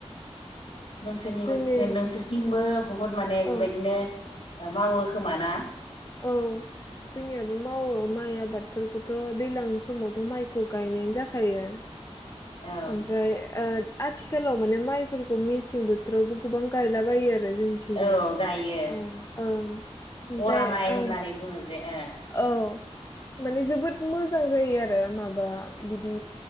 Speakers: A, on the left (about 55°); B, on the left (about 25°).
A: नोंसोरनिबो
B: जोंनि
A: नोंसोरथिंबो बुहुत माने बेबायदिनो
B: औ
A: मावो खोमाना?
B: औ जोंनियाबो मावो माइ आबाद बेफोरफोरखौथ दैलां समावथ माइखौ गायनायानो जाखायो
A: औ
B: ओमफ्राय ओ आथिखालाव माने माइफोरखौ मेसें बोथोरावबो गोबां गायलाबायो। आरो जोंनिथिंजाय
A: औ गायो
B: ओ ओं ओमफ्राय
A: बरा माइ
B: ओं
A: होननानै बुङो जे ओ
B: औ माने जोबोद मोजां जायो आरो माब बा बिदि